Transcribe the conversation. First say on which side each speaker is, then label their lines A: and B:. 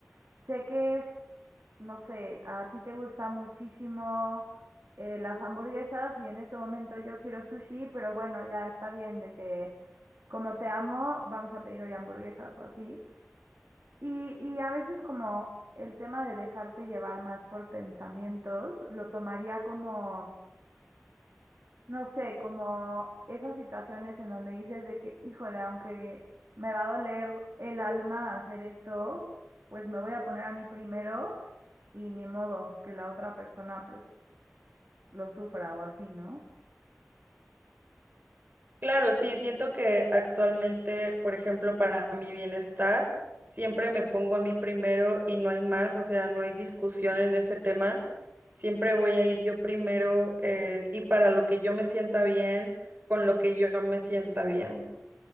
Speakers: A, on the right (about 60°); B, on the right (about 40°).
A: sé que es, no sé, a ti te gusta muchísimo eh, las hamburguesas y en este momento yo quiero sushi, pero bueno, ya está bien de que como te amo, vamos a pedir hoy hamburguesas o así. Y, y a veces como el tema de dejarte llevar más por pensamientos, lo tomaría como, no sé, como esas situaciones en donde dices de que, híjole, aunque me va a doler el alma hacer esto, pues me voy a poner a mí primero y ni modo que la otra persona pues lo sufra o así, ¿no?
B: Claro, sí, siento que actualmente, por ejemplo, para mi bienestar, siempre me pongo a mí primero y no hay más, o sea, no hay discusión en ese tema. Siempre voy a ir yo primero eh, y para lo que yo me sienta bien, con lo que yo me sienta bien.